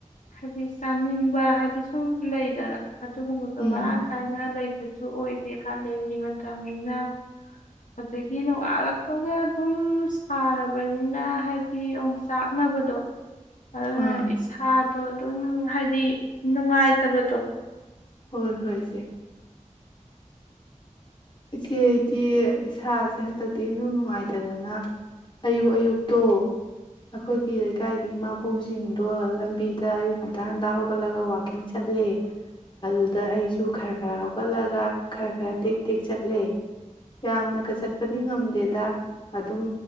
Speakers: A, on the left (about 75°); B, on the left (about 35°).
A: ꯍꯥꯏꯗꯤ ꯆꯥꯅꯤꯡꯕ ꯍꯥꯏꯗꯤ ꯁꯨꯝ ꯂꯩꯗꯅ ꯑꯗꯨꯒꯨꯝꯕꯗꯣ
B: ꯎꯝ
A: ꯃꯔꯥꯡ ꯀꯥꯏꯅ ꯂꯩꯕꯁꯨ ꯑꯣꯏꯗꯦ ꯀꯥꯂꯦꯟꯒꯤ ꯃꯇꯝꯅꯤꯅ ꯑꯗꯒꯤ ꯅꯣꯡꯉꯠꯂꯛꯄꯒ ꯑꯗꯨꯝ ꯁꯥꯔꯕꯅꯤꯅ ꯍꯥꯏꯗꯤ ꯌꯣꯡꯆꯥꯛꯅꯕꯗꯣ ꯑꯗꯨꯅ
B: ꯑꯥ
A: ꯏꯁꯥꯗꯣ ꯑꯗꯨꯝ ꯍꯥꯏꯗꯤ ꯅꯨꯡꯉꯥꯏꯇꯕꯗꯣ
B: ꯍꯣꯏ ꯍꯣꯏꯁꯦ ꯏꯆꯦꯗꯤ ꯏꯁꯥꯁꯦ ꯍꯟꯗꯛꯇꯤ ꯏꯅꯅꯨꯡ ꯅꯨꯡꯉꯥꯏꯇꯗꯅ ꯑꯌꯨꯛ ꯑꯌꯨꯛꯇꯣ ꯑꯩꯈꯣꯏꯒꯤ ꯂꯩꯀꯥꯏꯒꯤ ꯏꯃꯥꯕꯣꯛꯁꯤꯡꯗꯣ ꯂꯝꯕꯤꯗ ꯑꯌꯨꯛ ꯉꯟꯇꯥ ꯍꯟꯇꯥ ꯍꯧꯒꯠꯂꯒ ꯋꯥꯋꯥꯛꯀꯤꯡ ꯆꯠꯂꯦ ꯑꯗꯨꯗ ꯑꯩꯁꯨ ꯈꯔ ꯈꯔ ꯍꯧꯒꯠꯂꯒ ꯈꯔ ꯈꯔ ꯇꯦꯛ ꯇꯦꯛ ꯆꯠꯂꯦ ꯌꯥꯝꯅꯀ ꯆꯠꯄꯗꯤ ꯉꯝꯗꯦꯗ ꯑꯗꯨꯝ